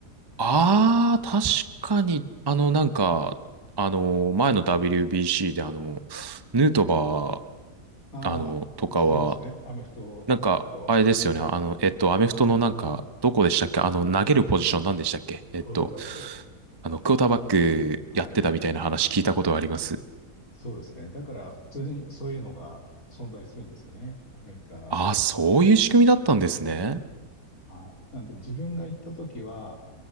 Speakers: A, on the right; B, on the left.
A: ああ、確かに、あの、なんか、あの、前の WBC で、あの、ヌートバ
B: ああ、
A: ー、あの、とかは、
B: そうですね。アメフトと
A: なんか、あれですよね、あの、えっと、アメフトのなんか、どこでしたっけあの、投げるポジションなんでしたっけえっと、
B: クォーターバック。
A: あの、クォーターバックやってたみたいな話聞いたことがあります。
B: はい。そうですね。だから、普通にそういうのが存在するんですよね。アメリカの。
A: ああ、そういう仕組みだったんですね。
B: はい。なんで、自分が行った時は、